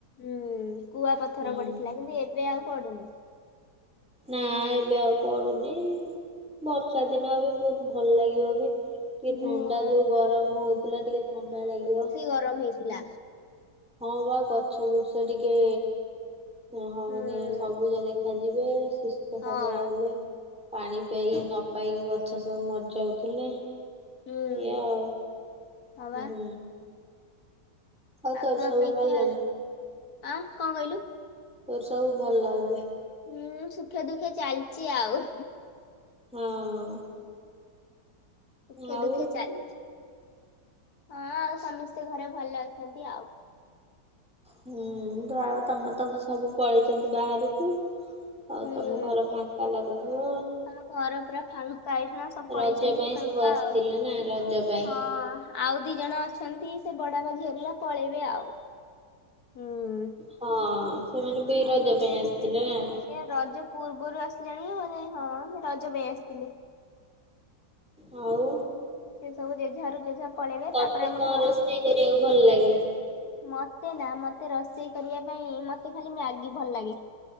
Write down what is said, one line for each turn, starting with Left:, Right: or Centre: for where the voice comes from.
Left: ହୁଁ କୁଆ ପଥର
Centre: ହୁଁ
Left: ପଡିଥିଲା କିନ୍ତୁ ଏବେ ଆଉ ପଡୁନି।
Centre: ନା ଏବେ ଆଉ ପଡୁନି। ବର୍ଷା ଦିନ ଏବେ ବହୁତ ଭଲ ଲାଗିବ ବି। ଟିକେ ଥଣ୍ଡା
Left: ହୁଁ
Centre: ଯୋଉ ଗରମ ହଉଥିଲା ଟିକେ ଥଣ୍ଡା ଲାଗିବ।
Left: କି ଗରମ ହେଇଥିଲା।
Centre: ହଁ ବା ଗଛ ବୁର୍ଚ୍ଚ ଟିକେ। ଓ ହଁ
Left: ହୁଁ
Centre: ମାନେ ସବୁଜ ଦେଖାଯିବେ ସୁସ୍ଥ
Left: ହଁ
Centre: ସବଳ ହେବେ। ପାଣି ପିଆଇକି ନ ପାଇକି ଗଛ ସବୁ ମରି ଯାଉଥିଲେ।
Left: ହୁଁ
Centre: ଏଇଆ ଆଉ ହୁଁ।
Left: ହଁ ବା
Centre: ଆଉ
Left: ଆଗ
Centre: ତୋର ସବୁ
Left: ଅପେକ୍ଷା
Centre: ଭଲ ନା
Left: ଆଁ କଣ କହିଲୁ।
Centre: ତୋର ସବୁ ଭଲ ଏବେ।
Left: ହୁଁ ସୁଖେ ଦୁଃଖେ ଚାଲିଚି ଆଉ।
Centre: ହଁ।
Left: ସୁଖେ
Centre: ଆଉ
Left: ଦୁଃଖେ ଚାଲିଛି ହଁ ଆଉ ସମସ୍ତେ ଘରେ ଭଲ ଅଛନ୍ତି ଆଉ।
Centre: ହୁଁ ଆଉ ତମର ତକ ସବୁ ପଳେଇଛନ୍ତି ବାହାରକୁ। ଆଉ
Left: ହୁଁ।
Centre: ତମ ଘର ଫାଙ୍କା ଲାଗୁଥିବ।
Left: ଆମ ଘର ପୁରା ଫାଙ୍କା ଏଇନା ସବୁ
Centre: ରଜ
Left: ପଳେଇଛନ୍ତି
Centre: ପାଇଁ
Left: ଫାଙ୍କା
Centre: ସବୁ ଆସିଥିଲେ
Left: ଆଉ।
Centre: ନା ରଜ ପାଇଁ।
Left: ହଁ। ଆଉ ଦି ଜଣ ଅଛନ୍ତି ସେ ବଡ ବାପା ଝିଅ ହେରିକା ପଳେଇବେ ଆଉ। ହୁଁ।
Centre: ହଁ ସେମାନେ ବି ରଜ ପାଇଁ ଆସିଥିଲେ ନା।
Left: ସେ ରଜ ପୂର୍ବରୁ ଆସିଲେଣି। ହେଲେ ହଁ ସେ ରଜ ପାଇଁ ଆସିଥିଲେ।
Centre: ହଉ
Left: ସେ ସବୁ ଜେଝା ଘରକୁ ଜେଝା ପଳେଇବେ
Centre: ତତେ
Left: ତାପରେ ଆମ
Centre: କଣ
Left: ଘର
Centre: ରୋଷେଇ
Left: ପୁରା
Centre: କରିବାକୁ ଭଲ ଲାଗେ?
Left: ମତେ ନା ମତେ ରୋଷେଇ କରିବା ପାଇଁ ମତେ ଖାଲି ମ୍ୟାଗି ଭଲ ଲାଗେ।